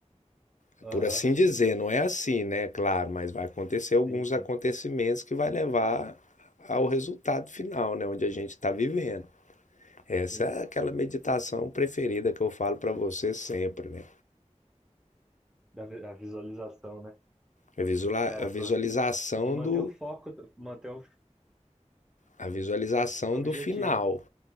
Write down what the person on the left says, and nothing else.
É
Por assim dizer, não é assim, né? Claro, mas vai acontecer alguns
acontecimentos que vai levar ao resultado final, né? Onde a gente está vivendo. Essa
é aquela meditação preferida que eu falo para você sempre, né?
A
visualização
do
a visualização
do final,